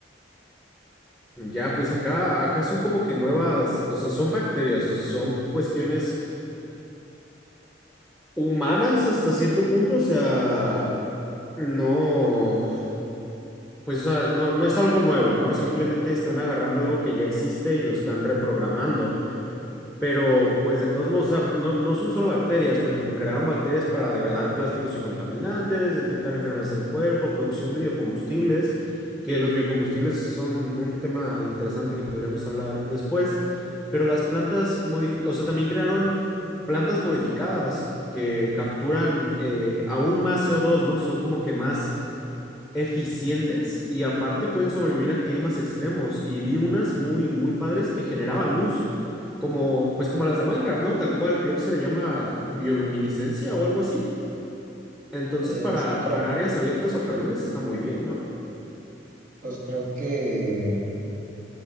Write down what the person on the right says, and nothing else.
Es-
creo,
pues creo que